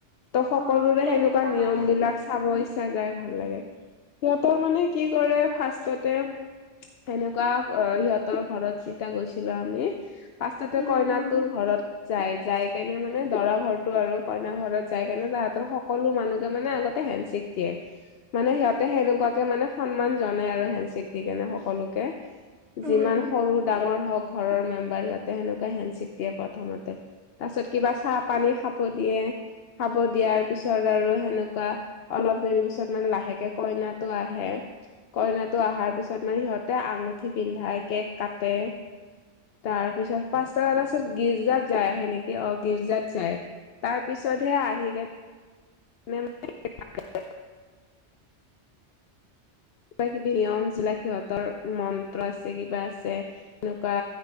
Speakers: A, on the left (about 65°); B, on the right (about 70°).
A: ত সকলোৰে
B: অ কেনেকা
A: সেনেকুৱা নিয়ম
B: মানে
A: বিলাক চাব ইচ্ছা যায় ভাল লাগে। সিহঁতৰ মানে কি কৰে ফাৰ্ষ্ষ্টতে সেনেকুৱা সিহঁতৰ ঘৰত যেতিয়া গৈছিলো আমি পাছতে
B: উম
A: কইনাত
B: উম
A: তোৰ ঘৰৰত যাই যাই কেনে মানে দৰা ঘৰটো আৰু কইনা ঘৰত যাই কেনে তাহাঁতৰ সকলো মানুহকে মানে আগত হেণ্ডচেক দিয়ে। মানে সিহঁতে সেনেকুৱাকে মানে সন্মান জনাই আৰু হেণ্ডচেক দি কেনে সকলোকে।
B: উম
A: যিমান সৰু ডাঙৰ হওঁক ঘৰৰ মেম বাৰকে সেনেকুৱা হেণ্ডচেক দিয়ে প্ৰথমতে তাৰ পিছত কিবা চাহ পানী খাব দিয়ে। খাব দিয়াৰ পিছত আৰু সেনেকুৱা অলপ দেৰি পিছত মানে লাহেকে কইনাটো আহে। কইনা টো অহাৰ পিছত মানে সিহঁতে আঙুঠি পিন্ধাই কেক কাটে তাৰ পিছত পাঁচটা ত পাছত গিৰ্জাত যাই আহে নেকি অ' গীৰ্জাত যায়। তাৰ পিছতহে আহি কে মেম <unintelligible> কিবা কিবি নিয়ম যিবিলাক সিহঁতৰ মন্ত্ৰ আছে কিবা আছে সনেকুৱা